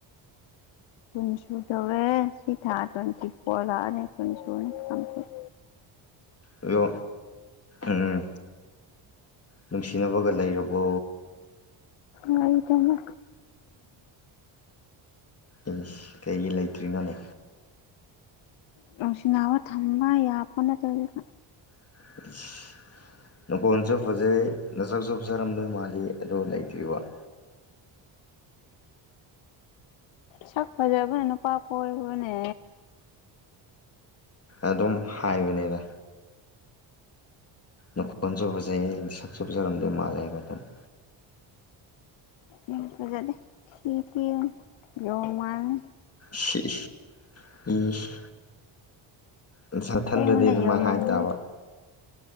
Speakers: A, on the left; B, on the left.
A: ꯀꯨꯟꯁꯨꯨꯗꯧꯔꯦ ꯁꯤ ꯊꯥ ꯇ꯭ꯋꯦꯟꯇꯤ ꯐꯣꯔ ꯂꯥꯛꯑꯅꯦ ꯀꯨꯟꯁꯨꯨꯔꯅꯤ ꯀꯝꯄ꯭ꯂꯤꯠ
B: ꯑꯗꯣ ꯎꯝ ꯅꯨꯡꯁꯤꯅꯕꯒ ꯂꯩꯔꯕꯣ꯫
A: ꯂꯩꯇꯦꯗ ꯑꯗꯨ
B: ꯏꯁ ꯀꯩꯒꯤ ꯂꯩꯇ꯭ꯔꯤꯅꯣꯅꯦ꯫
A: ꯅꯨꯡꯁꯤꯅꯥꯕ ꯊꯝꯕ ꯌꯥꯄꯥ ꯅꯠꯇ꯭ꯔꯤꯗ
B: <inaudible> ꯅꯈꯣꯟꯁꯨ ꯐꯖꯩ ꯅꯁꯛꯁꯨ ꯐꯖꯔꯝꯗꯣꯏ ꯃꯥꯜꯂꯤ ꯑꯗꯣ ꯂꯩꯇ꯭ꯔꯤꯕ꯫
A: ꯁꯛ ꯐꯖꯕꯅ ꯅꯨꯄꯥ ꯀꯣꯏꯕꯅꯦ
B: ꯑꯗꯨꯝ ꯍꯥꯏꯕꯅꯤꯗ ꯅꯈꯣꯟꯖꯨ ꯕꯖꯩ ꯁꯛꯆꯨ ꯕꯖꯔꯝꯗꯣꯏ ꯃꯥꯜꯂꯦ ꯍꯥꯏꯕ ꯑꯗꯨꯝ
A: ꯎꯝ ꯐꯖꯅꯤ ꯊꯤ ꯊꯤꯕꯅꯦ ꯌꯣꯡ ꯃꯥꯜꯂꯦ
B: ꯁꯤꯏꯁ ꯏꯁ ꯅꯁꯥꯊꯟꯗꯗꯤ
A: ꯑꯁꯦꯡꯕꯅꯦ
B: ꯑꯗꯨꯃꯥꯏ
A: ꯌꯣꯡ
B: ꯍꯥꯏꯕ
A: ꯃꯥꯟꯕꯅꯦ
B: ꯇꯥꯕ